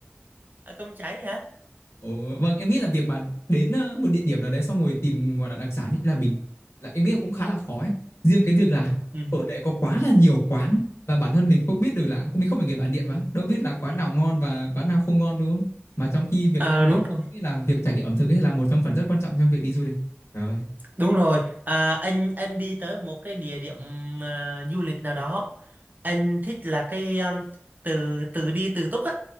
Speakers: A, on the right; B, on the left.
A: à, cơm cháy hả
B: Ồ, vâng, em nghĩ là việc mà đến ờ, một địa điểm nào đấy xong rồi tìm gọi là đặc sản ấy là bình là em nghĩ là cũng khá là khó ấy. Riêng cái việc là
A: ừ
B: ở đấy có quá là nhiều quán và bản thân mình không biết được là mình không phải người bản địa mà đâu biết là quán nào ngon và quán nào không ngon đúng không? Mà trong khi việc
A: à,
B: ăn
A: đúng
B: là
A: rồi
B: nghĩ là việc trải nghiệm ẩm thực ấy là một trong phần rất quan trọng trong việc đi du lịch. Trời ơi,
A: Đúng rồi, à, anh anh đi tới một cái địa điểm à, du lịch nào đó, anh thích là cái um, từ từ đi từ túc á,